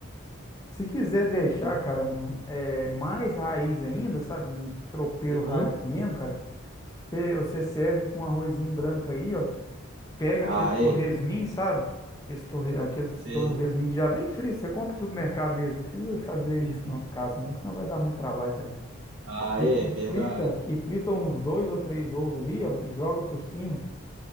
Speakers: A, on the left; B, on the right.
A: Se quiser deixar,
B: Uhum.
A: cara, m- é, mais raiz ainda, sabe? Um tropeiro
B: Uhum.
A: raiz mesmo, cara. Você, você serve com um arrozinho branco aí, ó pega
B: Ah,
A: aqueles
B: é.
A: torresmin, sabe? Aqueles, torre, aqueles
B: Sei.
A: torresmin que já vem frio, você compra no supermercado mesmo, não precisa fazer
B: Uhum.
A: isso não em casa não, que senão vai dar muito trabalho também.
B: Ah,
A: E,
B: é,
A: e
B: verdade.
A: frita, e frita uns dois ou três ovos ali, ó, e joga por cima.